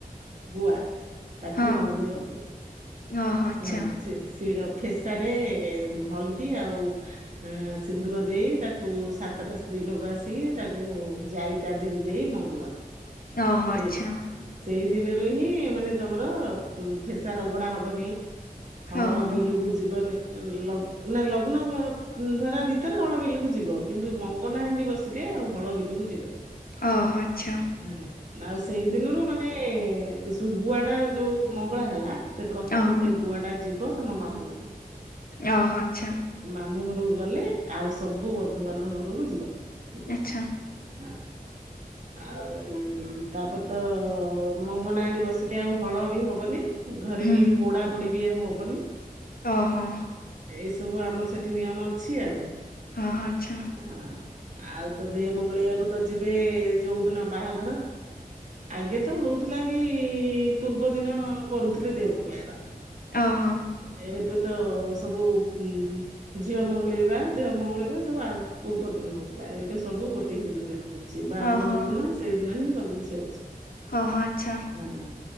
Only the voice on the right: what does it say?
ଗୁଆ ତାକୁ
ମଙ୍ଗୁଳନ୍ତି।
ହଁ ଶି ଶିଳ ଫେସାରେ ହଳଦୀ ଆଉ ଆଁ ସିନ୍ଦୁର ଦେଇ ତାକୁ ସାତଟା ସ୍ତ୍ରୀଲୋକ ଆସିକି ତାକୁ ଯାଇ ତା ଦିହରେ ଦେଇ ମଙ୍ଗୁଳନ୍ତି।
ସେ
ସେଇ ଦିନରୁ ହିଁ ମାନେ ତମର ଫେସା ରଗଡ଼ା ହବନି। ହଳ
ବିଲକୁ ଯିବନି, ଲଗ୍ ନା ଲଗ୍ନ ଉଁ ଧରା ଭିତରେ ହଳ ବିଲକୁ ଯିବ କିନ୍ତୁ ମଙ୍ଗନାହାଣ୍ଡି ବସିଲେ ଆଉ ହଳ ବିଲକୁ ଯିବନି।
ହେଲା, ଆଉ ସେଇ ଦିନରୁ ମାନେ ସୁ ଗୁଆ ଟା ଯୋଉ ମଙ୍ଗଳା ହେଲା ସେ ପ୍ରଥମେ
ସେ ଗୁଆଟା ଯିବ ତମ ମାମୁଁ ଘରକୁ।
ମାମୁଁ ଘରକୁ ଗଲେ ଆଉ ସବୁ ବନ୍ଧୁବାନ୍ଧବ ଘରକୁ ଯିବ ଗୁଆ।
ହଁ। ଆଉ ଉଁ ତାପରେ ତ ମଙ୍ଗନା ହାଣ୍ଡି ବସିଲେ ଆଉ ହଳ ବି ହବନି। ଘରେ
ବି ପୋଡା ପୋଡି ବି ଆଉ ହବନି।
ଏଇ ସବୁ ଆମର ସେଠି ନିୟମ ଅଛି ଆଉ।
<inaudible> ଆଉ ତ ଦେଅ ମଙ୍ଗଳେଇବାକୁ ତ ଯିବେ ଯୋଉଦିନ ବାହାଘର। ଆଗେ ତ ହଉଥିଲା କି ପୂର୍ବଦିନ କରୁଥିଲେ ଦେଅ ମଙ୍ଗୁଳେଇବା।
ଏବେ ତ ତ ସବୁ ଉଁ ଝିଅ ମଙ୍ଗୁଳେଇବା ଦେହ ମଙ୍ଗୁଳେଇବା ସବୁ ଆ ପୂର୍ବଦିନ ହଉଥିଲା, ଏବେ ସବୁ ଗୋଟେ ଦିନରେ ହଉ ଛି, ବାହାଘର
ଯୋଉ ଦିନ ସେଇଦିନ ହିଁ ସବୁ କିଛି ହଉଛି।
ହଁ, ହଁ,